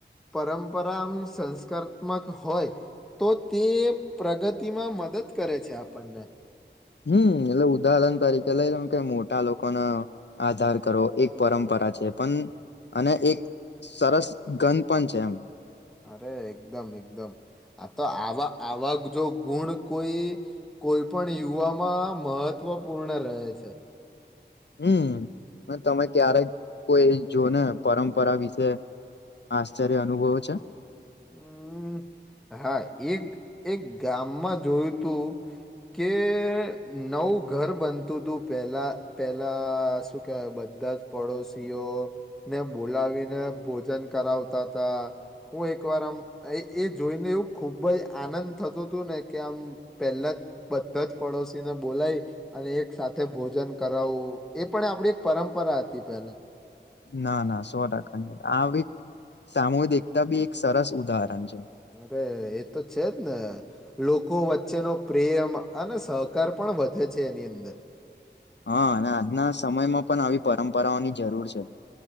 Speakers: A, in the centre; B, on the left.
A: પરંપરા આમ સંસ્કારાત્મક હોય, તો તે પ્રગતિમાં મ મદદ કરે છે, આપણને
B: હમ્મ એટલે ઉદાહરણ તરીકે લઈ લો કે મોટા લોકોનો આધાર કરો એક પરંપરા છે, પણ અને એક સરસ ગન પન છે, એમ
A: અરે એકદમ એકદમ આ તો આવા આવા જો ગુણ કોઈ કોઈ પણ યુવામાં મહત્વપૂર્ણ રહે છે.
B: હમ્મ પણ તમે ક્યારેક કોઈ જો ને પરંપરા વિશે આશ્ચર્ય અનુભવ છે,
A: હમ્મ હા એક એક ગામમાં જોયું તું કે નવું ઘર બનતું હતું, પેલા પેલા શું કેવાય બધા જ પડોશીઓને બોલાવીને ભોજન કરાવતા તાતા હું એક વાર આમ એ જોઈને એવું ખુબ જ આનંદ થતો હતું, ને કે આમ પહેલા બધા જ પડોશીને બોલાય અને એક સાથે ભોજન કરાવું એ પણ આપડી એક પરંમપરા હતી, પેલા
B: ના ના સો ટકાની આ સામૂહિક એકતા ભી એક સરસ ઉદાહરણ છે,
A: અરે એ તો છે જ ને લોકો વચ્ચેનો પ્રેમ અને સહકાર પણ વધે છે, એની અંદર
B: હા, અને આજના સમયમાં પન આવી પરંપરાઓની જરૂર છે,